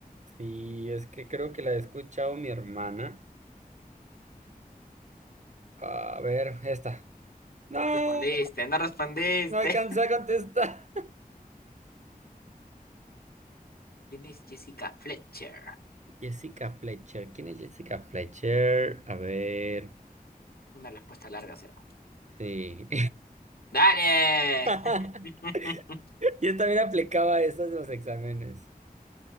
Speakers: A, on the right; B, on the left.
A: Sí, es que creo que la he escuchado mi hermana. A ver, esta. No,
B: No respondiste, no respondiste.
A: no alcancé
B: <laughs>
A: a contestar.
B: ¿Quién es Jessica Fletcher?
A: <laughs> Jessica Fletcher. ¿Quién es Jessica Fletcher? A ver.
B: Una respuesta larga será.
A: Sí.
B: ¡Dale!
A: <laughs>
B: <laughs>
A: Yo también aplicaba esas en los exámenes.